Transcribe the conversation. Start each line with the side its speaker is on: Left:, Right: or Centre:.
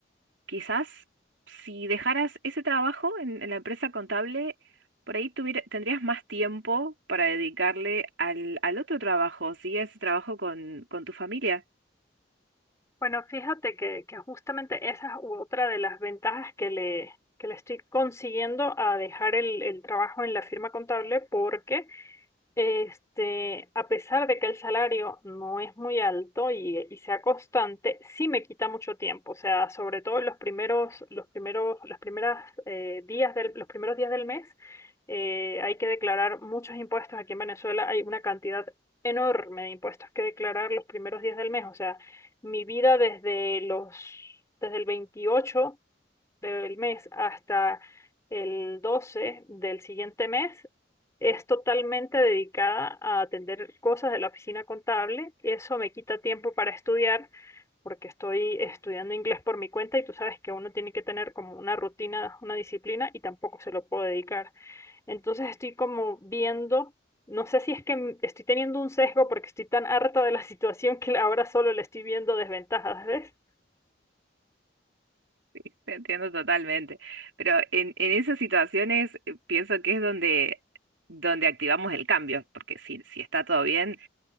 Right: quizás si dejaras ese trabajo en, en la empresa contable, por ahí tuviera- tendrías más tiempo para dedicarle al, al otro trabajo, sí, a ese trabajo con, con tu familia. <laughs>
Left: Bueno, fíjate que, que justamente esa es otra de las ventajas que le, que le estoy consiguiendo a dejar el, el trabajo en la firma contable porque este, a pesar de que el salario no es muy alto y, y sea constante, sí me quita mucho tiempo. O sea, sobre todo en los primeros, los primeros, las primeras eh, días del, los primeros días del mes, eh, hay que declarar muchos impuestos. Aquí en Venezuela hay una cantidad enorme de impuestos que declarar los primeros días del mes. O sea, mi vida desde los, desde el 28 del mes hasta el 12 del siguiente mes es totalmente dedicada a atender cosas de la oficina contable. Eso me quita tiempo para estudiar porque estoy estudiando inglés por mi cuenta y tú sabes que uno tiene que tener como una rutina, una disciplina y tampoco se lo puedo dedicar. Entonces estoy como viendo, no sé si es que m- estoy teniendo un sesgo porque estoy tan harta de la <laughs> situación que ahora solo le estoy viendo desventajas, ¿ves?
Right: Sí, te entiendo totalmente. Pero en, en esas situaciones eh, pienso que es donde, donde activamos el cambio, porque si, si está todo bien,